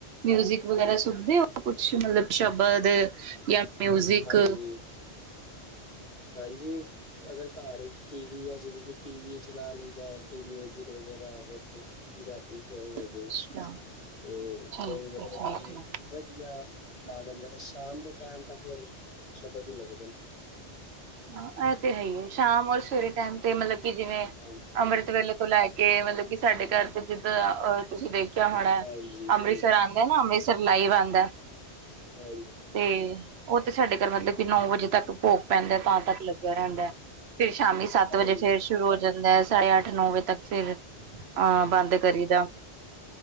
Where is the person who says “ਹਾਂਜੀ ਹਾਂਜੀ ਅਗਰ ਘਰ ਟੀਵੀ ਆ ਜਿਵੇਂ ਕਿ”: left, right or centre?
Left